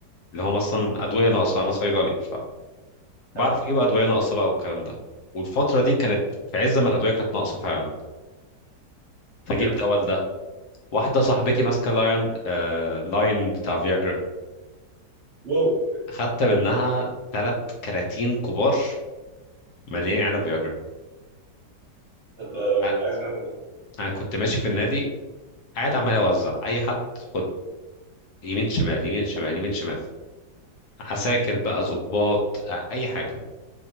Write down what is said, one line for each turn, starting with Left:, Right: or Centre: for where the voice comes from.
Left: اللي هم اصلا ادويه ناقصه انا صيدلي فبعرف
Right: حد
Left: اجيب ادويه ناقصه بقى والكلام ده والفتره دي كانت في عز ما الادويه كانت ناقصه فعلا فجيب
Right: جامد
Left: دواء لده واحده صاحبتي ماسكه لاين آه لاين بتاع فياجرا
Right: واو
Left: اخدت منها ثلاث كراتين كبار مليانين علب فياجرا
Right: طب ده
Left: أ-
Right: انا عايز منه ده
Left: انا كنت ماشي في النادي قاعد عمال اوزع اي حد خد يمين شمال يمين شمال يمين شمال عساكر بقى ظباط آه، اي حاجه